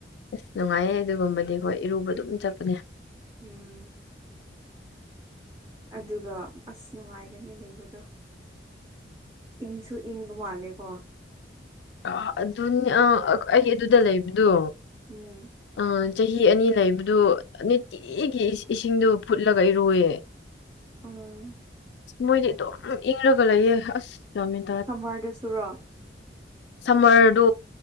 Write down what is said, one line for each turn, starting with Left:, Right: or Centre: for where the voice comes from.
Left: ꯑꯁ ꯅꯨꯡꯉꯥꯏꯌꯦ ꯑꯗꯨꯒꯨꯝꯕꯗꯤ ꯑꯩꯈꯣꯏ ꯏꯔꯨꯕ ꯑꯗꯨꯝ ꯆꯠꯄꯅꯦ
Right: ꯎꯝ ꯑꯗꯨꯒ ꯑꯁ ꯅꯨꯡꯉꯥꯏꯒꯅꯤ ꯂꯩꯕꯗꯣ ꯏꯪꯁꯨ ꯏꯪꯕ ꯃꯥꯜꯂꯦꯀꯣ
Left: ꯑ ꯑꯗꯨꯅꯤ ꯑ ꯑꯩ ꯑꯗꯨꯗ ꯂꯩꯕꯗꯣ
Right: ꯎꯝ
Left: ꯑ ꯆꯍꯤ ꯑꯅꯤ ꯂꯩꯕꯗꯨ ꯅꯤꯠꯇꯤ ꯏꯒꯤ ꯏꯁ ꯏꯁꯤꯡꯗꯣ ꯐꯨꯠꯂꯒ ꯏꯔꯨꯋꯦ
Right: ꯎꯝ
Left: ꯃꯣꯏꯗꯤ ꯑꯗꯨꯝ ꯏꯪꯔꯒ ꯂꯩꯌꯦ ꯑꯁ ꯒ꯭ꯌꯥꯟ ꯃꯦꯟ
Right: ꯁꯝꯃ꯭ꯔꯗꯁꯨꯔꯣ
Left: ꯁꯝꯃ꯭ꯔꯗꯣ